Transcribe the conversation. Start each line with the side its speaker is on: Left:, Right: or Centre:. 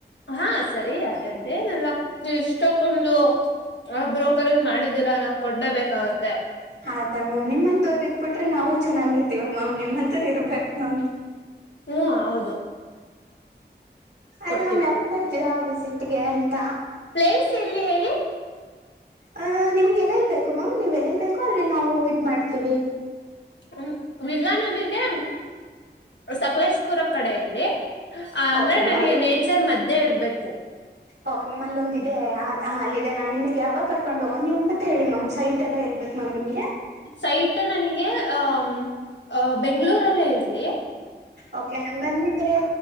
Left: ಹಾ ಸರಿ ಅದೇನಲ್ಲ ಇಷ್ಟಕ್ಕೊಂದುಬ್ರ ಕುಕ್ಕರಿಂಗ್ ಮಾಡಿದೀರಾ ನಾವು ಕೊಡ್ಲೇಬೇಕಾಗತ್ತೆ
Right: ಅದಾ ಮ್ಯಾಮ್ ನಿಮ್ಮಂತವ್ರ ಇದ್ಬಿಟ್ರೆ ನಾವು ಚೆನ್ನಾಗಿರ್ತೀವಿ ಮ್ಯಾಮ್ ನಿಮ್ಮ ಇರ್ಬೇಕು ನಮ್
Left: ಹ್ಮ್ ಹೌದು
Right: ಅದೇ
Left: ಕೊಡ್ತೀವಿ
Right: ಮಾಮ್ ಯಾವಾಗ ಬರ್ ವಿಸಿಟ್ಗೆ ಅಂತ
Left: ಪ್ಲೇಸ್ ಎಲ್ಲಿ ಹೇಳಿ
Right: ಅ ನಿಮ್ಗೆ ಎಲ್ಲೆಲ್ ಬೇಕು ಮ್ಯಾಮ್ ನೀವುಎಲ್ಲಲ್ಲಿ ಬೇಕೋ ಅಲ್ಲಿ ನಾವು ಇದ್ ಮಾಡ್ತೀವಿ
Left: <inaudible> ಇಲ್ಲ ನನಗೆ ಸಕಲೇಶಪುರ ಕಡೆಯಲ್ಲಿ ಅ ಅಂದ್ರೆ
Right: ಓಕೆ
Left: ನನಗೆ
Right: ಮ್ಯಾಮ್.
Left: ನೇಚರ್ ಮಧ್ಯೆ ಇರ್ಬೇಕು
Right: ಓಕೆ ಮಲ್ಲೊಂದ ಹಾಲ್ಲಿದೆ ನಾನೆ ಯಾವಾಗ ಕರ್ಕೊಂಡ್ಗವ್ ಮತ್ತೆ ಹೇಳಿ ಮ್ ಸೈಟ್ ಎಲ್ಲ ಎಲ್ಲಿಬೇಕು ಮಾಗ್ ನಿಮಗೆ
Left: ಸೈಟ್ ನನಗೆ ಅ ಬೆಂಗಂಳೂರಲ್ಲೇ ಇ ಲೆ
Right: ಓಕೆ ಹಂಗಂದ್ರೆ